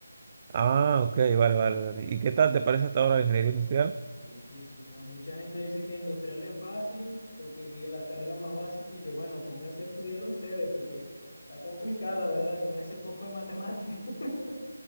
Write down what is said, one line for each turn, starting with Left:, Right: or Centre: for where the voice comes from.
Right: Ah, ok, vale, vale, vale. ¿Y qué tal te parece hasta ahora la ingeniería industrial?
Left: Difícil, ¿no? Mucha gente dice que industrial es fácil porque que las carreras más básicas y yo, bueno, pónganse a estudiar ustedes porque está complicada la verdad con ese poco de matemáticas. <laughs>